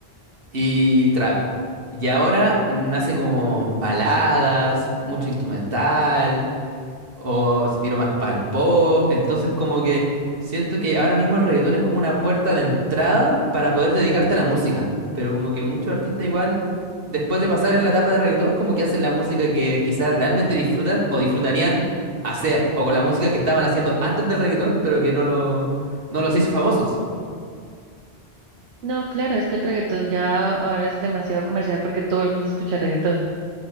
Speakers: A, on the right; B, on the right.
A: y trap. Y ahora nace como baladas, mucho instrumental. o se tiró más para el pop. Entonces, como que siento que ahora mismo el reggaetón es como una puerta de entrada para poder dedicarte a la música. Pero como que muchos artistas igual, después de pasar en la etapa de reggaetón, como que hacen la música que quizás realmente disfrutan o disfrutarían hacer, o con la música que estaban haciendo antes del reggaetón, pero que no lo, no los hizo famosos.
B: No, claro, es que el reggaetón ya ahora es demasiado comercial porque todo el mundo escucha reggaetón.